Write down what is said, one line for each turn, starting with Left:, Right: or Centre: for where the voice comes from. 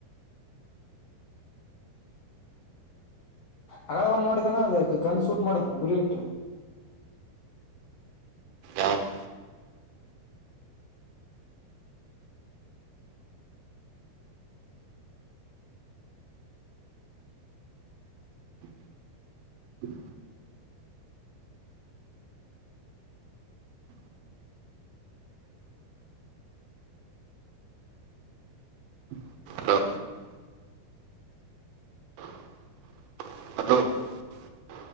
Left: ಹಗಳ ಒಂದ ನೋಡಿದನ ಅದ ಗನ್ ಸೂಟ್ ಮಾಡದು ಗುರಿ ಇಟ್ಟು
Right: ಯಾವ್ದು ಹಲೋ <unintelligible>